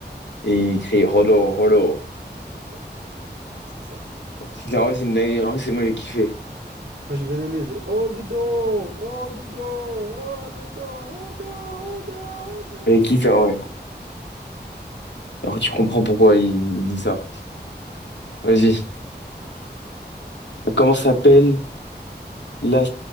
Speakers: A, on the right; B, on the left.
A: c'est ça,
B: et il crie Rollo, Rollo.
A: c'est ça, c'est ça.
B: C'est en vrai, c'est une dinguerie. En vrai, c'est moi, j'ai kiffé.
A: Moi, j'ai bien aimé le Hold the door, hold the door, hold the door, hold the door, hold the door, hold the- door.
B: J'ai kiffé, en vrai. Alors, tu comprends pourquoi il, il dit ça. Vas-y. Comment s'appelle la,